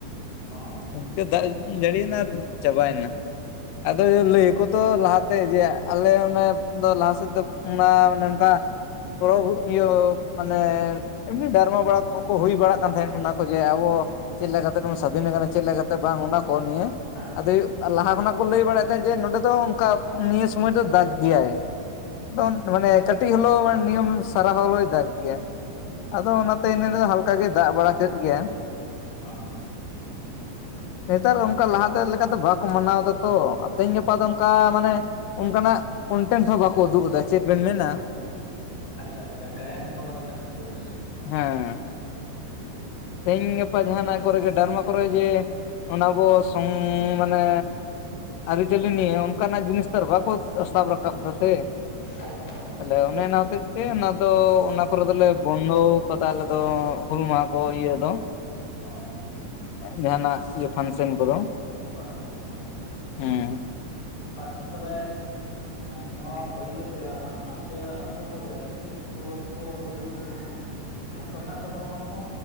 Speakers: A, on the left; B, on the left.
A: ᱚᱸ
B: ᱚᱱᱛᱮ ᱫᱟᱜ ᱡᱟᱹᱲᱤᱭᱮᱱᱟ ᱟᱨ ᱪᱟᱵᱟᱭᱱᱟ᱾ ᱟᱫᱚ ᱞᱟᱹᱭ ᱟᱠᱚ ᱛᱚ ᱞᱟᱦᱟᱛᱮ ᱡᱮ ᱟᱞᱮ ᱚᱱᱮ ᱫᱚ ᱞᱟᱦᱟᱥᱮᱫ ᱫᱚ ᱚᱱᱟ ᱢᱟᱱᱮ ᱚᱱᱠᱟ ᱯᱩᱨᱚᱵ ᱤᱭᱟᱹ ᱢᱟᱱᱮ ᱮᱢᱱᱤ ᱰᱟᱨᱢᱟ ᱵᱟᱲᱟ ᱦᱩᱭ ᱵᱟᱲᱟᱜ ᱠᱟᱱ ᱛᱟᱦᱮᱸᱱ ᱚᱱᱟ ᱠᱚ ᱡᱮ ᱟᱵᱚ ᱪᱮᱫ ᱞᱮᱠᱟ ᱠᱟᱛᱮ ᱵᱚᱱ ᱥᱟᱹᱫᱷᱤᱱ ᱟᱠᱟᱱᱟ ᱪᱮᱫ ᱞᱮᱠᱟᱛᱮ ᱵᱟᱝ ᱚᱱᱟ ᱠᱚ ᱱᱤᱭᱟᱹ?
A: ᱦᱮᱸ ᱾
B: ᱟᱫᱚ ᱞᱟᱦᱟ ᱠᱷᱚᱱᱟᱜ ᱠᱚ ᱞᱟᱹᱭ ᱵᱟᱲᱟᱭᱮᱫ ᱛᱟᱦᱮᱸᱫ ᱡᱮ ᱱᱚᱰᱮ ᱫᱚ ᱚᱱᱠᱟ ᱱᱤᱭᱟᱹ ᱥᱩᱢᱚᱭ ᱫᱚ ᱫᱟᱜ ᱜᱮᱭᱟᱭ ᱾ ᱟᱫᱚ ᱢᱟᱱᱮ ᱠᱟᱹᱴᱤ ᱦᱚᱞᱳ ᱢᱟᱱᱮ ᱱᱤᱭᱚᱢ ᱥᱟᱨᱟ ᱦᱚᱞᱳᱣ ᱫᱟᱜ ᱜᱮᱭᱟ ᱾
A: ᱦᱮᱸ
B: ᱟᱫᱚ ᱚᱱᱟᱛᱮ ᱦᱟᱞᱠᱟ ᱜᱮᱭ ᱫᱟᱜ ᱵᱟᱲᱟ ᱠᱮᱫ ᱜᱮᱭᱟ ᱾
A: ᱦᱩᱸ ᱚ
B: ᱱᱮᱛᱟᱨ ᱚᱱᱠᱟ ᱞᱟᱦᱟᱛᱮ ᱞᱮᱠᱟᱛᱮ ᱵᱟᱠᱚ ᱢᱟᱱᱟᱣᱫᱟ ᱾ ᱛᱚ ᱛᱮᱦᱮᱧ ᱜᱟᱯᱟ ᱫᱚ ᱚᱱᱠᱟ ᱢᱟᱱᱮ ᱚᱱᱠᱟᱱᱟᱜ ᱠᱚᱱᱴᱮᱱᱴ ᱦᱚᱸ ᱵᱟᱠᱚ ᱩᱫᱩᱜ ᱮᱫᱟ ᱪᱮᱫ ᱵᱮᱱ ᱢᱮᱱᱟ?
A: ᱟᱪᱪᱷᱟ ᱟᱪᱪᱷᱟ ᱾ ᱜᱟᱭᱟᱱ ᱠᱚ ᱠᱟᱛᱷᱟ ᱵᱮᱱ ᱞᱟᱹᱭ ᱮᱫᱟ ᱾
B: ᱦᱮᱸ ᱾ ᱛᱮᱦᱤᱧ ᱜᱟᱯᱟ ᱡᱟᱦᱟᱸᱱᱟᱜ ᱠᱚᱨᱮ ᱜᱮ ᱰᱟᱨᱢᱟ ᱠᱚᱨᱮ ᱡᱮ, ᱚᱱᱟ ᱟᱵᱚ ᱥᱚᱝ ᱢᱟᱱᱮ ᱟᱹᱨᱤᱪᱟᱹᱞᱤ ᱱᱤᱭᱮ ᱚᱱᱠᱟᱱᱟᱜ ᱡᱤᱱᱤᱥ ᱛᱚ ᱵᱟᱠᱚ ᱥᱟᱵ ᱨᱟᱠᱟᱵ ᱫᱟ ᱥᱮ ᱾
A: <unintelligible>
B: ᱛᱟᱦᱚᱞᱮ ᱚᱱᱮ ᱚᱱᱟ ᱦᱚᱛᱮᱫ ᱛᱮ ᱚᱱᱟ ᱫᱚ ᱚᱱᱟ ᱠᱚᱨᱮ ᱫᱚᱞᱮ ᱵᱚᱱᱫᱚ ᱟᱠᱟᱫᱟ ᱟᱞᱮ ᱫᱚ ᱦᱩᱞ ᱢᱟᱦᱟ ᱠᱚ ᱤᱭᱟᱹ ᱫᱚ
A: ᱚ ᱚ
B: ᱡᱟᱦᱟᱸᱱᱟᱜ ᱤᱭᱟᱹ ᱯᱷᱟᱱᱥᱮᱱ ᱠᱚᱫᱚ ᱾
A: ᱟᱪᱪᱷᱟ ᱟᱪᱪᱷᱟ ᱾
B: ᱦᱩᱸ ᱾
A: ᱟᱪᱪᱷᱟ, ᱛᱟᱦᱚᱞᱮ ᱱᱚᱣᱟ ᱵᱟᱹᱜᱤ ᱠᱟᱛᱮ ᱟᱯᱮ ᱟᱛᱩ ᱠᱚᱨᱮ ᱪᱮᱫ? ᱯᱚᱨᱚᱵ ᱠᱚ ᱦᱩᱭᱩᱜ ᱜᱮᱭᱟ ᱾ ᱡᱟᱦᱟᱸ ᱠᱚ ᱦᱮᱱᱟᱜ ᱛᱟᱵᱚᱱᱟ ᱚᱱᱟ ᱠᱚ